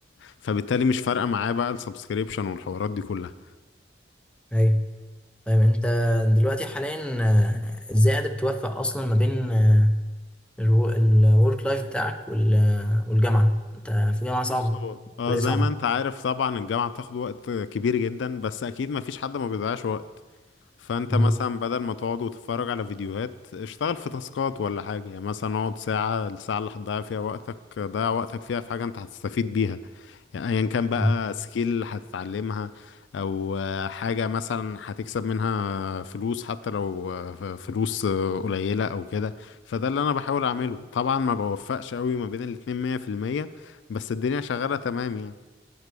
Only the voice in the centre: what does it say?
ايوه طيب انت دلوقتي حاليا آه، ازاي قادر توفق اصلا ما بين الورك لايف بتاعك وال- والجامعة انت في جامعة صعبة
كلية
صعبة
مظبوط
مم.